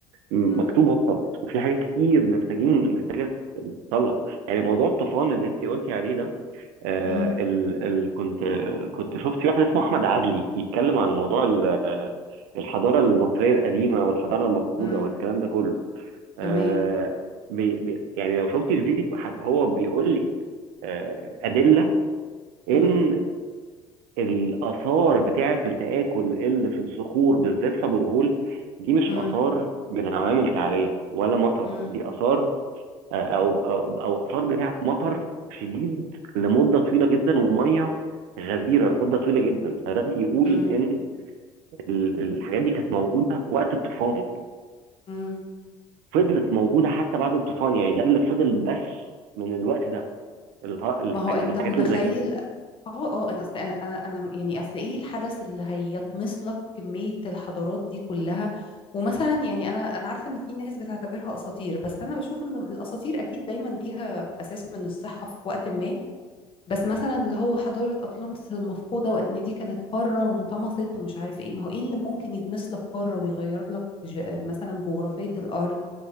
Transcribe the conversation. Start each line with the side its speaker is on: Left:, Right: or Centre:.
Right: م-
Left: امم
Right: مكتوب غلط وفي حاجات كتير محتاجين محتاجة تتصلح يعني موضوع الطوفان اللي انت قلتي عليه ده آه
Left: امم
Right: ال ال كنت كنت شفت في واحد اسمه احمد عدلي بيتكلم عن موضوع ال- آه، الحضاره المصريه القديمه والحضاره المفقوده
Left: امم
Right: والكلام ده كله آه
Left: تمام
Right: بي بي يعني لو شفت الفيديو حب- هو بيقول لك آه ادله ان
Left: امم
Right: الاثار بتاعه التاكل اللي في الصخور بالذات في ابو الهول دي مش
Left: امم
Right: اثار من عوامل تعريه ولا مطر
Left: امم
Right: دي اثار او او او اثار بتاعه مطر شديد لمده طويله جدا وميه غزيره لمده طويله جدا فده بيقول
Left: امم
Right: ان ال- الحاجات دي كانت موجوده وقت الطوفان
Left: امم
Right: فضلت موجوده حتى بعد الطوفان يعني ده اللي فضل بس من الوقت ده الح- الحاج-
Left: ما هو انت
Right: الحاجات
Left: متخيل
Right: اللي زي كده
Left: اه اه انا اصل انا انا أنا يعني اصل ايه الحدث اللي هيطمس لك كمية الحضارات دي كلها ومثلا يعني انا انا عارفه ان في ناس بتعتبرها اساطير بس انا بشوف ان الاساطير اكيد دايما ليها اساس من الصحه في وقت ما بس مثلا اللي هو حضارة أطلانتس المفقودة وإن دي كانت قارة وانطمست ومش عارف إيه ما هو إيه اللي ممكن يتمس لك قارة ويغير لك ج... مثلا جغرافية الأرض